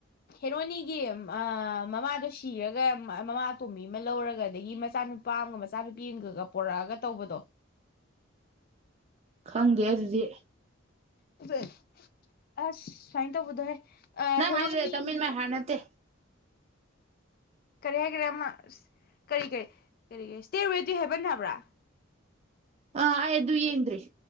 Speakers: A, on the left; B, on the right.
A: ꯍꯦꯔꯣꯅꯤꯒꯤ ꯑ ꯃꯃꯥꯗꯣ ꯁꯤꯔꯒ ꯃꯃꯥ ꯑꯇꯣꯝꯕꯤ ꯑꯃ ꯂꯧꯔꯒ ꯑꯗꯒꯤ ꯃꯆꯥꯅꯨꯄꯥ ꯑꯃꯒ ꯃꯆꯥꯅꯨꯄꯤ ꯑꯃꯒꯒ ꯄꯣꯔꯛꯑꯒ ꯇꯧꯕꯗꯣ꯫
B: ꯍꯪꯗꯦ ꯑꯗꯨꯗꯤ꯫
A: <unintelligible> ꯑꯁ ꯁꯥꯏ ꯇꯧꯕꯗꯣꯍꯦ꯫
B: ꯅꯪ
A: ꯍꯦꯔꯣꯅꯤ
B: ꯍꯥꯏꯗꯣ ꯑꯟꯇꯝ ꯑꯤꯟ ꯃꯥꯏ ꯍꯥꯔꯗ ꯅꯠꯇꯦ꯫
A: ꯀꯔꯤ ꯍꯥꯏꯒꯔꯦ ꯑꯃ ꯑꯁ ꯀꯩ ꯀꯩ ꯀꯔꯤ ꯏꯁꯇꯦ ꯋꯤꯠ ꯗꯤ ꯍꯦꯕꯟ ꯍꯥꯏꯕꯔ꯫
B: ꯑꯥ ꯑꯩ ꯑꯗꯨ ꯌꯦꯡꯗ꯭ꯔꯤ